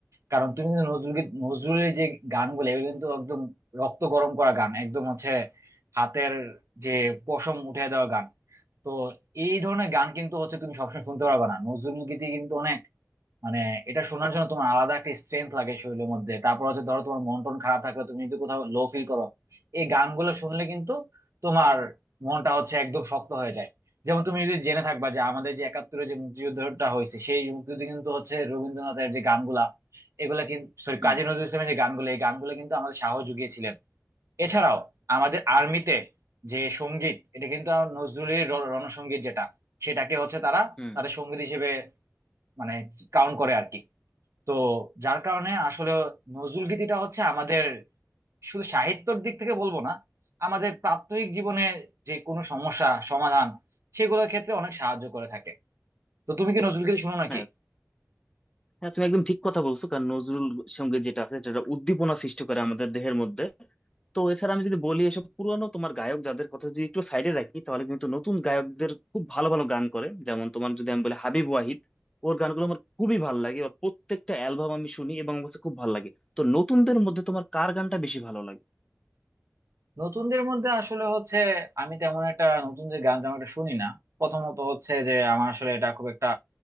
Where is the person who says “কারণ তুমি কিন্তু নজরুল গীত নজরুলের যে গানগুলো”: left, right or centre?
Right